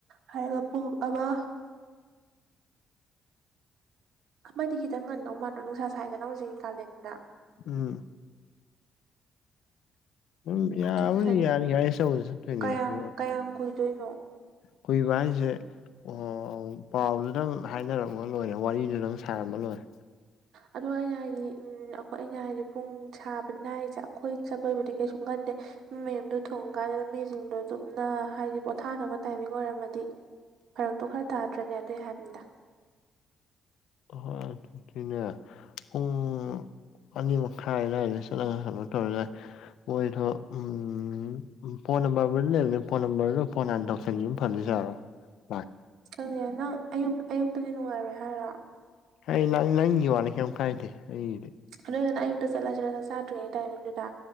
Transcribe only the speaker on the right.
ꯍꯥꯏꯔꯒ ꯄꯨꯡ ꯑꯃ꯫ ꯑꯃꯗꯤ ꯈꯤꯇꯪ ꯉꯟꯗꯧ ꯃꯥꯟꯗ꯭ꯔꯣ ꯅꯨꯡꯁꯥ ꯁꯥꯏꯗꯅ ꯍꯧꯖꯤꯛꯇꯤ ꯀꯥꯂꯦꯟꯅꯤꯅ
ꯇꯨꯏꯁꯟ
ꯀꯌꯥꯝ
ꯀꯌꯥꯝ ꯀꯨꯏꯗꯣꯏꯅꯣ꯫
ꯑꯗꯣ ꯑꯩꯅ ꯍꯥꯏꯗꯤ ꯎꯝ ꯑꯩꯈꯣꯏ ꯑꯩꯅ ꯍꯥꯏꯗꯤ ꯄꯨꯡ ꯁꯥꯕꯅ ꯍꯥꯏꯁꯦ ꯑꯩꯈꯣꯏ ꯆꯠꯄꯕꯨꯗꯤ ꯀꯩꯁꯨ ꯈꯟꯗꯦ꯫ ꯃꯤ ꯃꯌꯨꯝꯗꯣ ꯊꯣꯡ ꯀꯥꯟꯗ ꯃꯤꯁꯤꯡꯗꯣ ꯑꯗꯨꯝꯅ ꯍꯥꯏꯗꯤ ꯄꯣꯊꯥꯅꯕ ꯇꯥꯏꯃꯤꯡ ꯑꯣꯏꯔꯝꯃꯗꯤ꯫ ꯐꯔꯛꯇꯣ ꯈꯔ ꯇꯥꯗ꯭ꯔꯅꯦ ꯑꯗꯨꯏ ꯍꯥꯏꯕꯅꯤꯗ꯫
ꯈꯪꯗꯦ ꯅꯪ ꯑꯌꯨꯛ ꯑꯌꯨꯛꯇꯗꯤ ꯅꯨꯡꯉꯥꯏꯔꯣꯏ ꯍꯥꯏꯔꯣ꯫
ꯑꯗꯨ ꯑꯣꯏꯔꯒꯅ ꯑꯌꯨꯛꯇ ꯆꯠꯂꯁꯤꯔ ꯆꯥꯛ ꯆꯥꯗ꯭ꯔꯤꯉꯩ ꯇꯥꯏꯃꯤꯡꯗꯨꯗ꯫